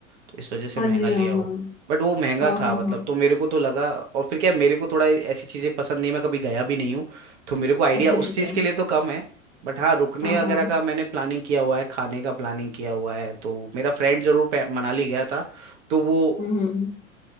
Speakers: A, on the right; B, on the left.
A: तो इस वजह से
B: हाँ
A: महंगा
B: जी
A: लिया
B: हाँ हाँ
A: हो बट वो महंगा
B: हाँ हाँ
A: था मतलब
B: हाँ
A: तो मेरे को तो लगा और फिर क्या मेरे को थोड़ा ऐसी चीज़ें पसंद नहीं मैं कभी गया भी नहीं हूँ तो मेरे को आइडिया
B: अच्छा
A: उस
B: अच्छा अच्छा
A: चीज़ के लिए तो कम है बट हाँ रुकने
B: हाँ
A: वगैरह
B: हाँ
A: का मैंने प्लानिंग किया हुआ है खाने का प्लानिंग किया हुआ है तो मेरा फ्रेंड जरूर पे- मनाली गया था तो वो
B: हम्म हम्म